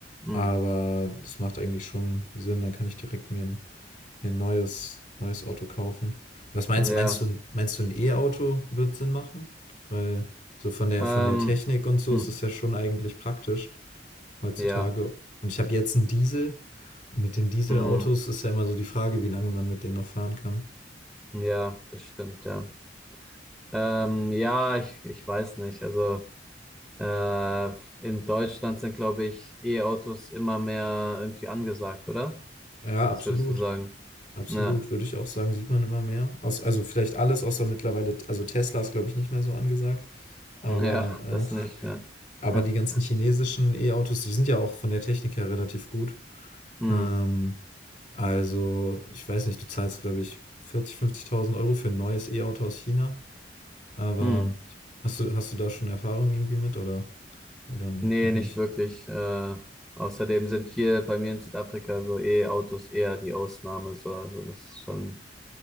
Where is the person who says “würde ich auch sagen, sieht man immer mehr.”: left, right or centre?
Left